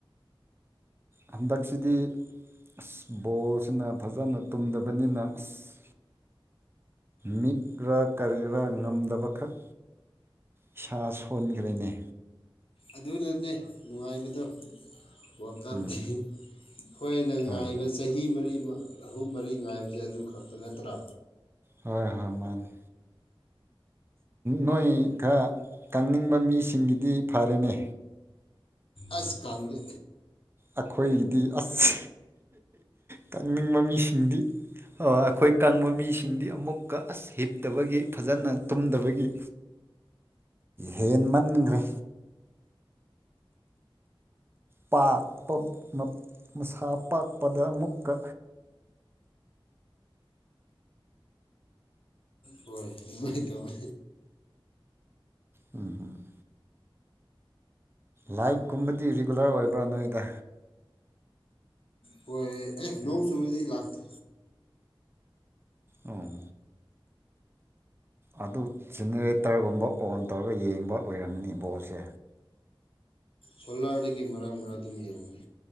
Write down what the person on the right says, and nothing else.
ꯍꯟꯗꯛꯁꯤꯗꯤ ꯑꯁ ꯕꯣꯜꯁꯤꯅ ꯐꯥꯖꯅ ꯇꯨꯝꯗꯕꯅꯤꯅ ꯑꯁ ꯃꯤꯠ ꯔꯥ ꯀꯔꯤꯔꯥ ꯉꯝꯗꯕꯈꯛ ꯏꯁꯥ ꯁꯣꯟꯒ꯭ꯔꯦꯅꯦ
ꯎꯝ
ꯍꯣꯏ
ꯍꯣꯏ ꯍꯣꯏ ꯃꯥꯥꯟꯅꯤ ꯅꯣꯏ ꯈꯔ ꯀꯪꯅꯤꯡꯕ ꯃꯤꯁꯤꯡꯒꯤꯗꯤ ꯐꯔꯦꯅꯦ
ꯑꯩꯈꯣꯏꯒꯤꯗꯤ ꯑꯁ ꯀꯪꯅꯤꯡꯕ ꯃꯤꯁꯤꯡꯗꯤ ꯑꯩꯈꯣꯏ ꯀꯪꯕ ꯃꯤꯁꯤꯡꯗꯤ ꯑꯃꯨꯛꯀ ꯑꯁ ꯍꯤꯞꯇꯕꯒꯤ ꯐꯥꯖꯅ ꯇꯨꯝꯗꯕꯒꯤ ꯍꯦꯟ ꯃꯟꯒ꯭ꯔꯦ ꯄꯥ ꯄꯥꯛꯄ ꯃꯁꯥ ꯄꯥꯛꯄꯗ ꯑꯃꯨꯛꯀ
ꯎꯝ ꯍꯝ ꯂꯥꯏꯚꯀꯨꯝꯕꯗꯤ ꯔꯤꯒꯨꯂꯔ ꯑꯣꯏꯕ꯭ꯔꯥ ꯅꯣꯏꯗ
ꯑꯣ ꯑꯗꯨ ꯖꯦꯅꯦꯔꯦꯇꯔꯒꯨꯝꯕ ꯑꯣꯟ ꯇꯧꯔꯒ ꯌꯦꯡꯕ ꯑꯣꯏꯔꯝꯃꯅꯤ ꯕꯣꯜꯁꯦ